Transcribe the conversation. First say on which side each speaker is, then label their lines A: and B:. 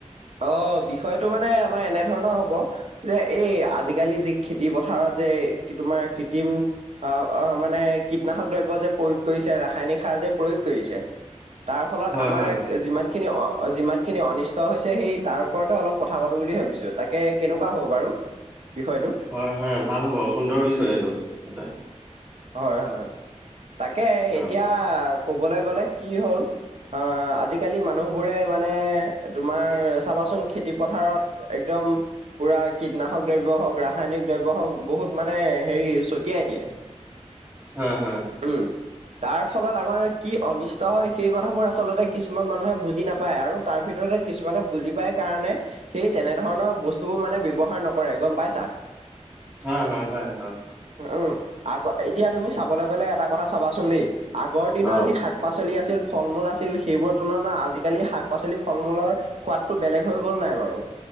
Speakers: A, on the right (about 65°); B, on the right (about 15°).
A: অ' বিষয়টো মানে আমাৰ এনেধৰণৰ হব যে এই আজি কালি যি খেতি পথাৰত যে তোমাৰ কৃত্ৰিম অ' অ' মানে কীটনাশক দ্ৰব্য যে প্ৰয়োগ কৰিছে, ৰাসায়নিক সাৰ যে প্ৰয়োগ কৰিছে। তাৰ ফলত
B: হয়
A: আমাৰ
B: হয়
A: যিমান খিনি অ' যিমান খিনি অনিষ্ট হৈছে, সেই তাৰ ওপৰতে অলপ কথা পাতো বুলি ভাবিছো। তাকে কেনেকুৱা হ'ব বাৰু? বিষয়টো?
B: হয় হয় ভাল হ'ব সুন্দৰ বিষয় এইটো এটা।
A: হয় হয় তাকে এতিয়া
B: অ
A: ক'বলৈ গ'লে এতিয়া কি হ'ল অ' আজিকালি মানুহবোৰে মানে তোমাৰ চাবাচোন খেতি পথাৰত। একদম পুৰা কীটনাশক দ্ৰব্য হওক, ৰাসায়নিক দ্ৰব্য হওঁক, বহুত মানে হেৰি ছটিয়াই দিয়ে।
B: হয় হয়।
A: উম। তাৰ ফলত আমাৰ কি অনিষ্ট হয় সেই কথাবোৰ আচলতে কিছুমান মানুহে বুজি নাপায় আৰু তাৰ ভিতৰতে কিছুমানে বুজি পাই কাৰণে সেই তেনেধৰণৰ বস্তুবোৰ মানে ব্যৱহাৰ নকৰে। গম পাইছা?
B: হয় হয় হয় অ'!
A: উম আগ এতিয়া তুমি চাবলৈ গলে এটা কথা চাবাচোন দেই আগৰ দিনৰ
B: অ অ
A: যি শাক পাচলি আছিল, ফল-মূল আছিল সেইবোৰৰ তুলনাত আজিকালিৰ শাক-পাচলি, ফল-মূলৰ সোৱাদটো বেলেগ হৈ গ'ল নাই বাৰু।